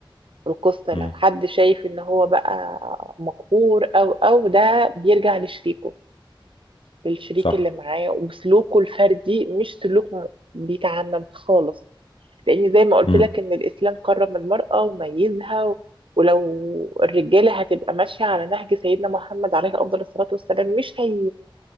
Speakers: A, on the right (about 70°); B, on the left (about 85°).
A: القصة
B: امم
A: لو حد شايف ان هو بقى مقهور او او ده بيرجع لشريكه للشريك
B: صح
A: اللي معاه وسلوكه الفردي مش سلوك م- بيتعمم خالص لان زي ما قلت
B: امم
A: لك ان الاسلام كرم المرأة وميزها و- ولو الرجالة هتبقى ماشية على نهج سيدنا محمد عليه افضل الصلاة والسلام مش هي